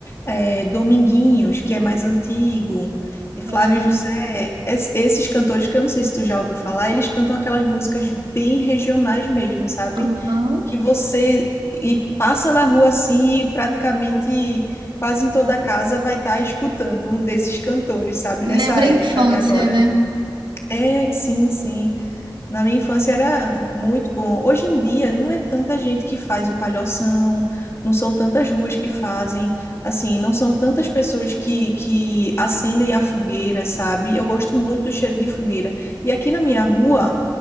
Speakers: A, on the left (about 35°); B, on the right (about 85°).
A: é, Dominguinhos, que é mais antigo, e Flávio
B: Ah,
A: José, Es- esses cantores que eu não sei se tu já ouviu falar, eles cantam aquelas músicas bem regionais mesmo, sabe?
B: aham.
A: que você e passa na rua assim e praticamente quase em toda casa vai estar escutando um desses cantores, sabe,
B: Lembra
A: nessa época
B: a infância,
A: de agora.
B: né?
A: É, sim, sim. Na minha infância era muito bom. Hoje em dia não é tanta gente que faz o palhoção, não são tantas ruas que fazem, assim, não são tantas pessoas que, que acendem a fogueira, sabe? Eu gosto muito do cheiro de fogueira. E aqui na minha rua,